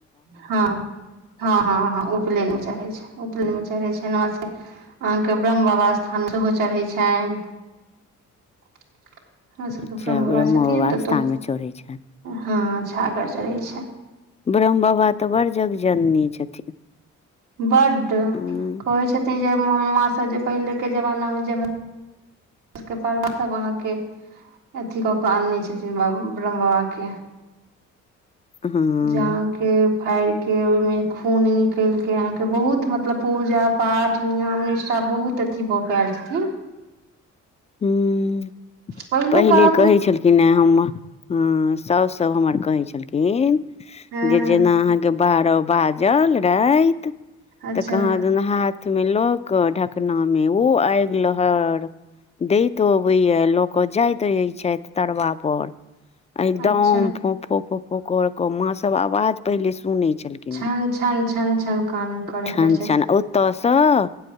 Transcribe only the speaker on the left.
अच्छा
स्थान मे चढ़ै छनि
ब्रह्म बाबा ते बड़ जग जननी छथिन।
हँ
हँ
ह्म्म,
पहिले
कहै छलखिन नै हम हाँ सॉस सब हमर कहै छलखिन।
जे जेना अहाँ के बाहरब बाजल राए त,
ते कहा दूना हाथ मे लऽ कऽ ढकना मे उ आएग लहर दैत अबै या, ल के जाएत रहय छैथ तरबा पर अ एगदम
फोफो-फोफो कर के मां सब अवाज पहिले ई सुनी छलखिन
हय,
छन-
छन ओता स